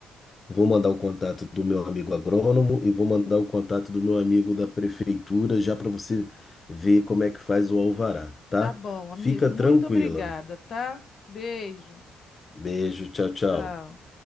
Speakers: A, on the left; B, on the left.
A: Vou mandar o contato do meu amigo agrônomo e vou mandar o contato do meu amigo da prefeitura já para você ver como é que faz o alvará, tá?
B: Tá bom,
A: Fica
B: amigo, muito
A: tranquila.
B: obrigada, tá? Beijo,
A: Beijo, tchau, tchau.
B: tchau.